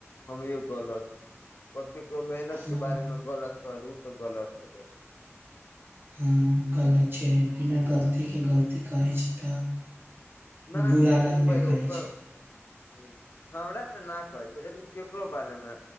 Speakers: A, on the left; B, on the right.
A: हमही गलत, पर केकरो मेहनत
B: तो
A: के बारे मे गलत कहलु तऽ गलत हेबै।
B: हाँ गलत छै, बिना गलती के गलती कहै छै तऽ
A: ना
B: बुरा
A: तऽ
B: लगबे
A: उ भाय
B: करै
A: ओकर
B: छै
A: ह्म्म हमरा तऽ ना कहै छै, लेकिन केकरो बारे मे